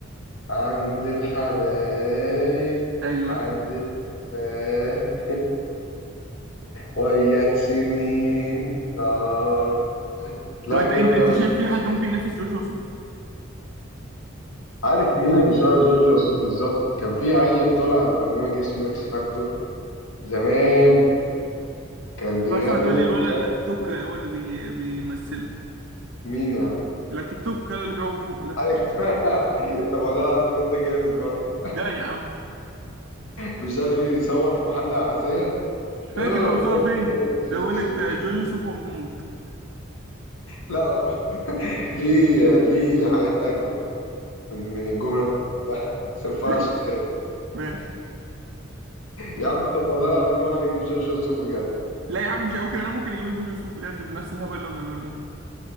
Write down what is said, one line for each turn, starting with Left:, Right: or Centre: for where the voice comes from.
Left: عند الحبايب
Right: ايوه
Left: عند الحبايب وياه سنين آه لا
Right: طب انت
Left: جامد
Right: انت انت
Left: أوي
Right: شايف
Left: جورج
Right: في
Left: وسوف
Right: حد ممكن ينافس جورج وسوف؟
Left: عارف مين اللي شبه جورج وسوف بالظبط كان في عيل طالع على برنامج اسمه إكس فاكتور زمان كان بيغني
Right: بحسب هتقول لي
Left: مش
Right: الولد اللي
Left: عارف
Right: على تيك توك آه، هو اللي بي... بيمثله
Left: مين يا عم
Right: لا تيك توك ولا اللي بيعوج بقه ده
Left: ايوه <laughs> طب والله العظيم الواد ده جامد برضه
Right: لا يا عم
Left: مش ده اللي بيصور في محل أحذية
Right: مش فاكر
Left: اوه
Right: بقى بيصور
Left: اوه اوه
Right: فين
Left: يعني
Right: ده بقول لك ده جورج وسوف وهو بيموت <laughs>
Left: لا هو <laughs> ليه ليه حاجات اجمد من من الجمله دي. بس ما ينفعش
Right: ماشي
Left: تتقال.
Right: ماشي
Left: يا عم طب والله العظيم ولا بيجيب جورج وسوف بجد
Right: لا يا عم مش قوي كده انا ممكن يجيبوا جورج وسوف بجد بنفس الهبل اللي هو بيعمله ده